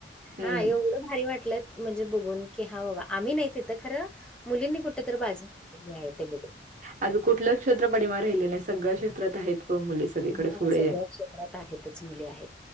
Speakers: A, on the right (about 45°); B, in the centre.
A: हं.
B: हा एवढ भारी वाटलं. म्हणजे बघून की हा, बाबा आम्ही नाही तिथं खरं मुलींनी कुठ तरी बाजी केलेली आहे ते ब.
A: आज कुठलं क्षेत्र पाठीमागं राहिले नाही सगळ्या क्षेत्रात आहेत व मुलीच. सगळीकडे
B: हा
A: पुढे
B: सगळ्या क्षेत्रात आहेतच मुली आहेत.